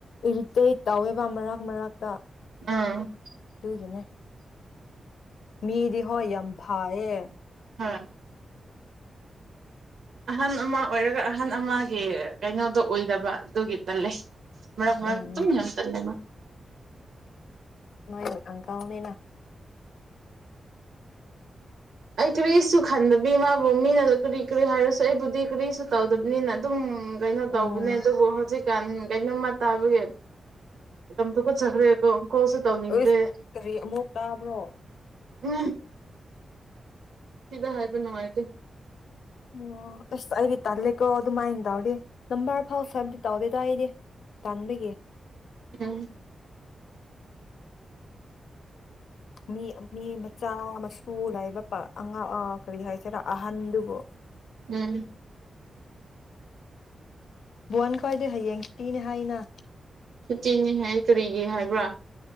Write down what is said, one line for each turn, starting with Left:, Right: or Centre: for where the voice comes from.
Left: ꯏꯔꯤꯇꯦꯇ ꯇꯧꯎꯋꯦꯕ ꯃꯔꯛ ꯃꯔꯛꯇ ꯑꯗꯨꯒꯤꯅꯦ
Right: ꯎꯝ
Left: ꯃꯤꯗꯤ ꯍꯣꯏ ꯌꯝꯐꯥꯌꯦ
Right: ꯑꯥ ꯑꯍꯟ ꯑꯃ ꯑꯣꯏꯔꯒ ꯑꯍꯟ ꯑꯃꯒꯤ ꯀꯩꯅꯣꯗꯣ ꯑꯣꯏꯗꯕ ꯑꯗꯨꯒꯤ ꯇꯜꯂꯦ ꯃꯔꯛ ꯃꯔꯛ
Left: ꯎꯝ
Right: ꯗꯨꯝ ꯌꯥꯝ ꯇꯂꯦꯕ
Left: ꯅꯣꯏ ꯑꯪꯀꯜꯅꯤꯅ
Right: ꯑꯩ ꯀꯔꯤꯁꯨ ꯈꯟꯗꯕꯤ ꯃꯥꯕꯨ ꯃꯤꯅꯁꯨ ꯀꯔꯤ ꯀꯔꯤ ꯍꯥꯏꯔꯁꯨ ꯑꯩꯕꯨꯗꯤ ꯀꯔꯤꯁꯨ ꯇꯧꯗꯕꯅꯤꯅ ꯑꯗꯨꯝ ꯎ ꯀꯩꯅꯣ ꯇꯧꯕꯅꯦ
Left: ꯎꯝ
Right: ꯑꯗꯨꯕꯨ ꯍꯧꯖꯤꯛ ꯀꯥꯟ ꯀꯩꯅꯣꯝꯃ ꯇꯥꯕꯒꯤ ꯌꯥꯝ ꯊꯨꯀꯠꯆꯈ꯭ꯔꯦꯀꯣ ꯀꯣꯜꯁꯨ ꯇꯧꯅꯤꯡꯗꯦ
Left: ꯑꯁ ꯀꯔꯤ ꯑꯃꯨꯛ ꯇꯥꯕ꯭ꯔꯣ
Right: ꯎ ꯁꯤꯗ ꯍꯥꯏꯕ ꯅꯨꯡꯉꯥꯏꯇꯦ
Left: ꯑꯣ ꯑꯁ ꯑꯩꯗꯤ ꯇꯜꯂꯦꯀꯣ ꯑꯗꯨ ꯃꯥꯥꯏꯅ ꯇꯧꯔꯗꯤ ꯅꯝꯕꯔ ꯐꯥꯎ ꯁꯦꯕꯗꯤ ꯇꯥꯎꯗꯦꯗ ꯑꯩꯗꯤ ꯇꯥꯟꯕꯒꯤ
Right: ꯎꯝ
Left: ꯃꯤ ꯃꯤ ꯃꯆꯥ ꯃꯁꯨ ꯂꯥꯏꯕꯥꯄ ꯑꯉꯥꯡ ꯑ ꯀ꯭ꯔꯤ ꯍꯥꯏꯁꯤꯔꯥ ꯑꯍꯟꯗꯨꯕꯨ
Right: ꯎꯝ
Left: ꯌꯥꯟ ꯈꯣꯏꯗꯤ ꯍꯌꯦꯡꯄꯤꯅꯤ ꯍꯥꯏꯅ
Right: ꯁꯨꯇꯤꯅꯤ ꯍꯥꯏ ꯀ꯭ꯔꯤꯒꯤ ꯍꯥꯏꯕ꯭ꯔꯥ